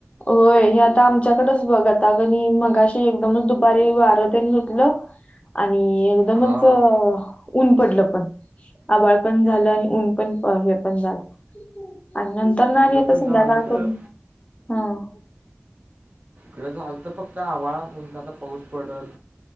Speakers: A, on the left; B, on the right.
A: होय हे आता आमच्याकडेच बघ आता कणी मगाशी एकदमच दुपारी वारंतेन सुटलं. आणि एकदमच
B: हां,
A: ऊन पडलं पण आबाळ पण झालं आणि ऊन पण हे पण झालं. आणि नंतर ना
B: इकडं
A: आणि आता
B: पण
A: संध्याकाळ
B: झालतं.
A: करून, हं.
B: तं झाल तर फक्त आभाळ म्हणलं आता पाऊस पडल